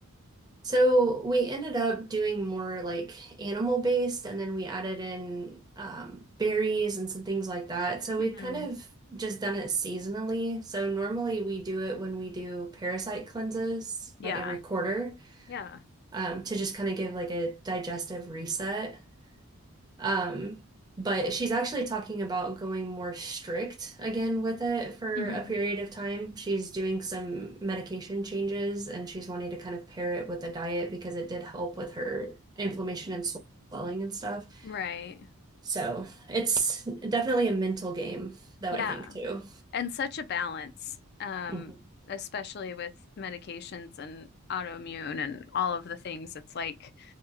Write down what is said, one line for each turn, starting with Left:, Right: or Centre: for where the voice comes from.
Right: So we ended up doing more like animal based, and then we added in um, berries and some things like that. So we've
Left: hmm
Right: kind of just done it seasonally. So normally we do it when we do parasite cleanses,
Left: Yeah.
Right: like every quarter,
Left: Yeah.
Right: um, to just kind of give like a digestive reset. Um, but she's actually talking about going more strict again with it for
Left: hmm
Right: a period of time. She's doing some medication changes and she's wanting to kind of pair it with a diet because it did help with her inflammation and swelling and stuff.
Left: Right.
Right: So it's definitely a mental game, though,
Left: Yeah.
Right: I think too.
Left: And such a balance, um,
Right: Mhm.
Left: especially with medications and autoimmune and all of the things. It's like,